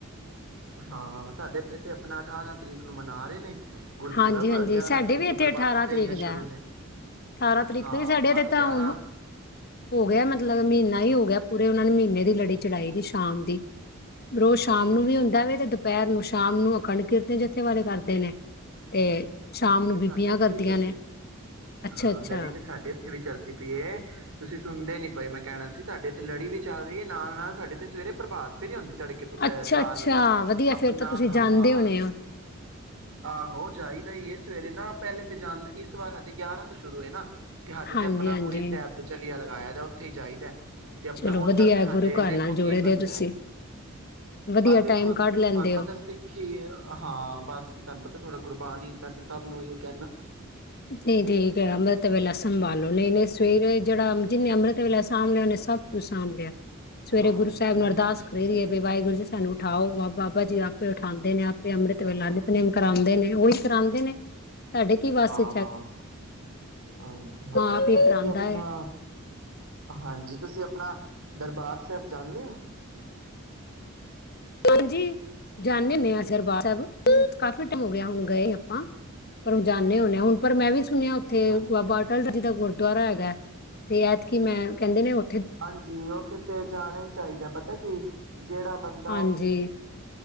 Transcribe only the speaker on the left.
ਹਾਂਜੀ ਹਾਂਜੀ
ਸਾਡੇ
ਵੀ
ਇੱਥੇ
ਅਠਾਰਾਂ
ਤਰੀਕ ਦਾ।
ਅਠਾਰਾਂ
ਤਰੀਕ
ਤੋਂ ਵੀ ਸਾਡੇ
ਤੇ ਤਾਂ
ਹੁਣ ਹੋ ਗਿਆ ਮਤਲਬ ਮਹੀਨਾ ਹੀ ਹੋ ਗਿਆ ਪੂਰੇ ਉਹਨਾਂ ਨੇ ਮਹੀਨੇ ਦੀ ਲੜੀ ਚਲਾਈ ਸੀ ਸ਼ਾਮ ਦੀ ਰੋਜ਼ ਸ਼ਾਮ ਨੂੰ ਵੀ ਹੁੰਦਾ ਵ ਤੇ
ਦੁਪਹਿਰ
ਨੂੰ ਸ਼ਾਮ
ਨੂੰ
ਅਖੰਡ ਕੀਰਤਨ ਜਥੇ ਵਾਲੇ ਕਰਦੇ ਨੇ ਤੇ ਸ਼ਾਮ
ਨੂੰ
ਬੀਬੀਆਂ
ਕਰਦੀਆਂ
ਨੇ
ਅੱਛਾ
ਅੱਛਾ
ਅੱਛਾ
ਅੱਛਾ
ਵਧੀਆ
ਫੇਰ ਤਾਂ ਤੁਸੀਂ
ਜਾਣਦੇ ਹੋਣੇ ਹੋ?
ਹਾਂਜੀ
ਹਾਂਜੀ
ਚਲੋ ਵਧੀਆ
ਗੁਰੂ ਘਰ
ਨਾਲ ਜੁੜੇ
ਰਹੈ
ਤੁਸੀਂ ਵਧੀਆ
ਟਾਈਮ ਕੱਢ
ਲੈਂਦੇ
ਹੋ
ਨਹੀਂ ਠੀਕ ਹੈ ਅੰਮ੍ਰਿਤ ਵੇਲਾ ਸੰਭਾਲੋ ਨਹੀਂ ਨਹੀਂ ਸਵੇਰੇ ਜਿਹੜਾ ਜਿੰਨੇ ਅੰਮ੍ਰਿਤ ਵੇਲਾ ਸਾਂਭ ਲਿਆਓਣੇ ਸਭ ਕੁਛ ਸਾਂਭ ਲਿਆ। ਸਵੇਰੇ
ਗੁਰੂ ਸਾਹਿਬ
ਨੂੰ ਅਰਦਾਸ
ਕਰਦੀ ਹੈਏ ਵੀ ਵਾਹਿਗੁਰੂ ਜੀ ਸਾਨੂੰ ਉਠਾਓ ਬਾਬਾ ਜੀ ਉਠਉਂਦੇ ਨੇ ਆਪ। ਵੀ ਅੰਮ੍ਰਿਤ ਵੇਲਾ
ਨਿੱਤ ਨੇਮ ਕਰਉਂਦੇ ਨੇ। ਉਹੀ ਕਰਾਉਂਦੇ ਨੇ ਸਾਡੇ ਕੀ ਵਾਸ ਏ।
ਆਪ ਹੀ
ਕਰਾਉਂਦਾ
ਹੈ
ਹਾਂਜੀ। ਜਾਂਨੇ ਹੋਨੇ ਅ ਦਰਬਾਰ ਸਾਹਿਬ ਕਾਫੀ ਟਾਈਮ ਹੋ ਗਿਆ ਹੁਣ ਗਏ ਆਪਾਂ ਪਰ ਉਹ ਜਾਂਨੇ ਹੋਨੇ ਆਂ ਓਏ ਪਰ ਮੈਂ ਵੀ ਸੁਣਿਆ ਉੱਥੇ
ਬਾਬਾ ਅਟੱਲ ਜੀ ਦਾ ਗੁਰੂ ਦੁਆਰਾ ਹੈਗਾ, ਤੇ ਐਤਕੀ ਮੈਂ ਚੱਲੀ ਹਾਂ ਓ
ਹਾਂਜੀ,